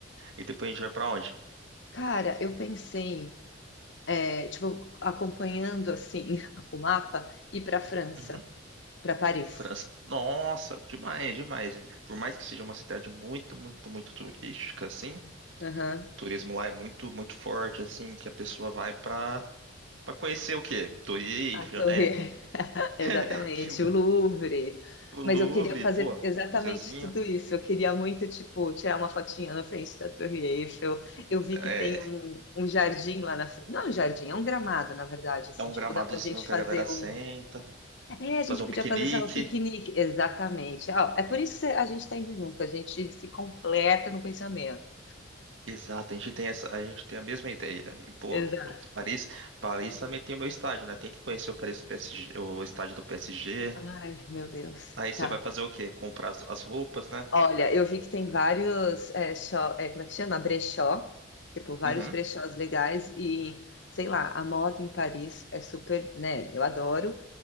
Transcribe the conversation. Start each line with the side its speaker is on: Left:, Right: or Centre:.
Right: E depois a gente vai pra onde?
Left: Cara, eu pensei, é, tipo, acompanhando assim <laughs> o mapa, ir para França,
Right: Uhum.
Left: para Paris.
Right: França. Nossa, demais, demais. Por mais que seja uma cidade muito, muito, muito turística, assim,
Left: Aham.
Right: o turismo lá é muito, muito forte, assim, que a pessoa vai pra, pra conhecer o quê? Torre Eiffel,
Left: A Torre.
Right: né? <laughs>
Left: Exatamente,
Right: Que-
Left: o Louvre.
Right: O Louvre,
Left: Mas eu queria fazer
Right: pô,
Left: exatamente
Right: museuzinho.
Left: tudo isso. Eu queria muito, tipo, tirar uma fotinha na frente da Torre Eiffel. Eu vi
Right: É,
Left: que tem um, um jardim lá na frente. Não é um jardim, é um gramado, na verdade. Assim,
Right: é um
Left: tipo,
Right: gramadozinho
Left: dá pra gente
Right: que
Left: fazer
Right: a galera senta,
Left: um. É, a gente
Right: fazer um
Left: podia
Right: piquenique.
Left: fazer, sei lá, um piquenique. Exatamente. Ó, é por isso que a gente tá indo junto. A gente se completa no pensamento.
Right: Exato, a gente tem essa, a gente tem a mesma ideia. E, pô,
Left: Exato.
Right: Paris, Paris também tem o meu estádio, né? Tem que conhecer o Paris do PSG, o estádio do PSG.
Left: Ai, meu Deus.
Right: Aí você
Left: Tá.
Right: vai fazer o quê? Comprar as, as roupas, né?
Left: Olha, eu vi que tem vários, é, xó- é, como é que chama? Brechó, tipo, vários
Right: Uhum,
Left: brechós legais e, sei lá, a moda em Paris é super, né, eu adoro,